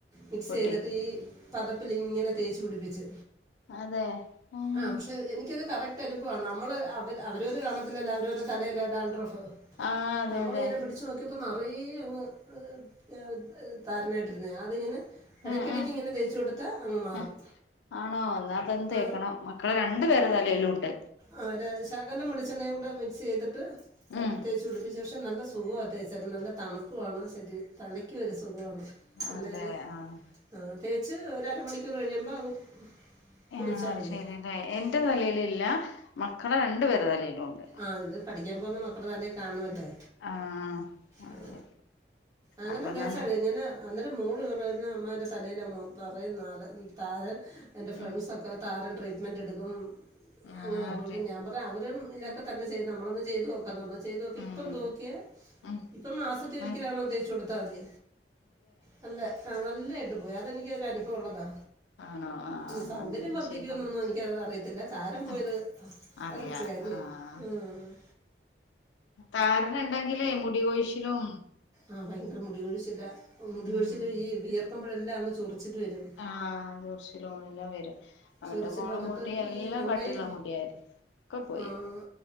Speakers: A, on the right; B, on the left.
A: മിക്സ്
B: കൂട്ടി
A: ചെയ്തിട്ട് ഈ പതപ്പിലിങ്ങനെ തേച്ച് പിടിപ്പിച്ച്
B: അതെ ഉം
A: ആഹ് പക്ഷെ എനിക്കത് കറക്റ്റ് ന്റെ അനുഭവമാണ് നമ്മള് അവര് തടുക്കുവ നമ്മള് അവര് അവരോര് കാണത്തിലല്ലോ അവരോരെ തലയിലെ ഡാൻഡ്രഫ്
B: ആഹ് അതെ
A: നമ്മളിങ്ങനെ
B: അതെ
A: പിടി ച്ച് നോക്കിപ്പ നിറയങ്ങ് ഏ താരനായിട്ടിരുന്നേ അതിങ്ങനെ ഇടയ്ക്കിടക്ക്
B: ഉം ഉം
A: ഇങ്ങനെ തേച്ചു കൊടുത്ത അങ്ങ് മാറും
B: ആഹ് ആണോ എന്നാ അതെന്ന്
A: ആ
B: തേക്കണം മക്കള രണ്ടു പേരുടെ തലയിലും ഉണ്ട്
A: ആഹ് ഒരു ശകാലം വെളിച്ചെണ്ണയും കൂടെ മിക്സ് ചെയ്തിട്ട്
B: ഉം
A: തേച്ച് പിടിപ്പിച്ച ശേഷം നല്ല സുഖം തേച്ച നല്ല തണുപ്പുവാണ് ശരി തലയ് റ്റി ഒരു സുഖവാണ് നല്ലൊരു
B: അതെ ആഹ്
A: ആഹ് തേച്ച് ഒര അരമണിക്കൂർ കഴിയുമ്പ അങ്ങ് കുളിച്ചാൽ
B: ആഹ്
A: മതി
B: ശരില്ലേ എന്റെ തലയിലില്ല മക്കളെ രണ്ടു പേരു തലയിലും ഉണ്ട്
A: ആഹ് ഇത് പഠിക്കാൻ പോന്ന മക്കട തലയിൽ കാണുവല്ലേ
B: ആഹ് അതെ
A: ഹ് അങ്ങനെ
B: അപ്പൊ
A: തേച്ചാ
B: നന്ന്
A: മതി ഇങ്ങന അന്നേരം മോള് പറയുന്ന് അമ്മാ എൻ്റെ തലയില് മൊ നിറയെ നര താരൻ എൻ്റെ ഫ്രണ്ട്സൊക്കെ
B: ഉം
A: താരൻ ട്രീറ്റ്മെന്റ് എടുക്കും
B: ആഹ്
A: അങ്ങനെക്കെ
B: ട്രി
A: ഞാൻ പറയും അവരും ഇതൊ ക്കെ തന്നെ ചെയത് നമ്മളൊന്ന് ചെയ്ത് നോ ക്കന്ന് പറഞ്ഞ് ചെയ്ത് നോക്കി
B: ഉം
A: ഇപ്പം തോക്കിയെ
B: ഉം
A: ഇപ്പം മാസത്തി ഒരിക്കലാണോ
B: മ
A: തേച്ചു കൊടുത്താ മതി നല്ലെ ആഹ് നല്ലായായിട്ട് പോയി അതെനിക്ക് ഒരു അനുഭവമുള്ളതാ
B: ആണോ ആഹ്
A: ഇ
B: എന്നാ
A: സൗന്ദര്യം
B: അങ്ങനൊന്ന്
A: വർദ്ധിക്കൂ
B: ചെയ്തോ
A: എന്നൊന്നും എനിക്കത് അറിയത്തില്ല താരൻ പോയത്
B: ആഹ് അറിയാ
A: കറക്റ്റ് കാര്യം
B: ആഹ്
A: ആഹ്
B: താരൻ ഉണ്ടെങ്കിലേ മുടികോഴിച്ചിലും
A: ആഹ് ഭയങ്കര മുടകൊഴിച്ചില മുടികൊഴിച്ചില്
B: ഉം
A: ഈ വിയർക്കുമ്പോഴെല്ലാം അങ്ങ് ചൊറിച്ചില് വരും
B: ആഹ് ചൊറിച്ചിലോ എല്ലാം വരും അവന്റെ
A: ചൊറിച്ചില്
B: മോൾടെ
A: വന്നിട്ട്
B: മുടി എല്ലാം
A: ഈ നമ്മുടെ
B: കട്ടിള്ള
A: ഈ
B: മുടിയായിരി ഒക്കപ്പോയി
A: ആഹ്